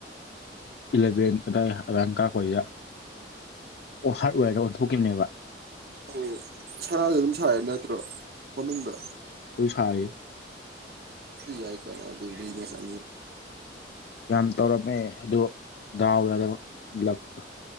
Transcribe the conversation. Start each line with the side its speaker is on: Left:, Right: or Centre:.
Left: ꯏꯂꯚꯦꯟ ꯑꯗꯥꯏ ꯑꯗꯨꯥꯟ ꯀꯥꯔꯄꯁꯤꯗ ꯑꯣ ꯍꯥꯔꯠꯋꯦꯔꯗ ꯑꯣꯟꯊꯣꯛꯈꯤꯕꯅꯦꯕ
Right: ꯑꯣ ꯁꯔꯁꯨ ꯑꯗꯨꯝ ꯁꯥꯔꯦ ꯅꯠꯇ꯭ꯔꯣ ꯃꯅꯨꯡꯗ
Left: ꯄꯣꯏ ꯐꯥꯏ
Right: ꯁꯤ ꯀꯥꯏꯅꯗꯤ ꯖꯅꯦꯁ
Left: ꯌꯥꯝ ꯇꯧꯔꯝꯃꯦ ꯑꯗꯨ ꯗꯥꯎꯒꯗꯕ ꯂꯛꯇꯣ